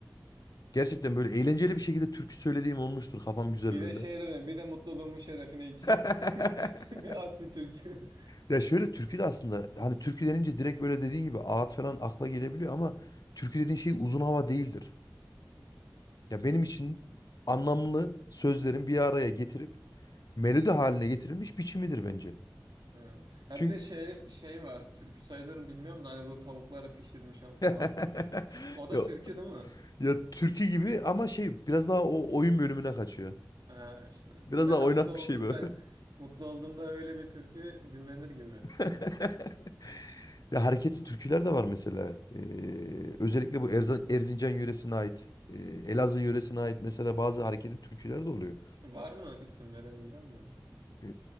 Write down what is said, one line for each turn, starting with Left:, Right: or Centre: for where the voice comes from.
Left: Gerçekten böyle eğlenceli bir şekilde türkü söylediğim olmuştur. Kafam güzel
Right: Bir
Left: böyle.
Right: de şey dedim, bir de mutluluğumun şerefine içeyim.
Left: <laughs>
Right: <laughs> Bir aç bir türkü.
Left: Ya şöyle türkü de aslında hani türkü denince direkt böyle dediğin gibi ağıt falan akla gelebiliyor ama türkü dediğin şey uzun hava değildir. Ya benim için anlamlı sözlerin bir araya getirip melodi haline getirilmiş biçimidir bence.
Right: Hı. Ya
Left: Çünkü
Right: bir de şey şey var. Türkü sayılır mı bilmiyorum da hani bu tavukları pişirmişim falan.
Left: <laughs>
Right: O da
Left: ya,
Right: türkü değil mi?
Left: ya türkü gibi ama şey biraz daha o oyun bölümüne kaçıyor.
Right: Ha, işte.
Left: Biraz
Right: Mesela
Left: daha oynak
Right: mutlu olduğunda
Left: bir şey böyle.
Right: <laughs> mutlu olduğunda öyle bir türkü dinlenir gibi
Left: <laughs>
Right: yani.
Left: Ya hareketli türküler de var mesela. Ee, özellikle bu Erza- Erzincan yöresine ait, e, Elazığ yöresine ait mesela bazı hareketli türküler de oluyor.
Right: Var mı isim verebilecek misin?
Left: Ee,